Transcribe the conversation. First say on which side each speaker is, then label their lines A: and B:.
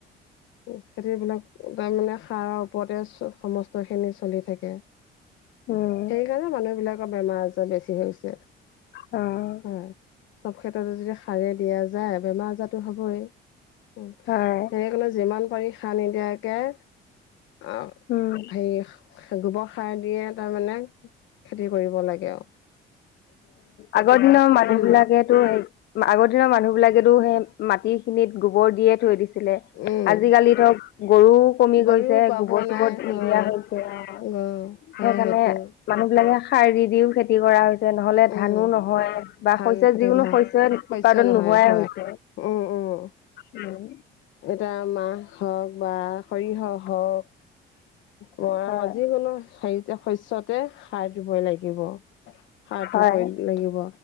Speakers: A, on the left (about 75°); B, on the left (about 60°).
A: উফ খেতিবিলাক বাইমানে সাৰ আও। পতে চ সমস্ত খিনি চলি থাকে।
B: উম,
A: সেইকাণে মানুহবিলাকৰ বেমাৰ আজাৰ বেছি হৈছে।
B: অঁ!
A: অঁ চব ক্ষেত্ৰতে যদি সাৰে দিয়া যায় বেমাৰ আজাতো হবই। উম
B: হয়
A: সেইকাৰণে যিমান পাৰি সাৰ নিদিয়াকে আহ
B: উম
A: হেই গোব সাৰ দিয়ে তামানে। খেতি কৰিব লাগে আও।
B: আগ দিন মানুহ
A: উম
B: বিলাকেতো সেই মা আগৰ দিনৰ মানুহ বিলাকেতো সে মাটি খিনিত গোবৰ দিয়ে থৈ দিছে লে
A: উম
B: আজিকালি ধৰক গৰুক কমি
A: গৰু
B: গৈছে
A: পাব
B: গোব চোব
A: নাই
B: নিদিয়া
A: অ
B: হৈছে অঁ
A: অ হয়
B: সেইকাণে
A: সেইটো
B: মানুহ বিলাকে সাৰ দি দিও খেতি কৰা হৈছে নহ'লে
A: উম
B: ধানো নহয় বা
A: ধান
B: শস্য
A: খেতি
B: যিকোনো
A: নহয়
B: শস্যই
A: শস্য
B: উৎপাদন
A: নহয়
B: নোহোৱাই
A: হয়
B: হৈছে।
A: উম! উম!
B: উম!
A: এটা মাহ হওক বা সৰিহ হওক। মৰা
B: হয়
A: পা যিকোনো হাৰিতে শস্যতে সাৰ দিবই লাগিব। সাৰটোৰ
B: হয়
A: <unintelligible> লাগিব,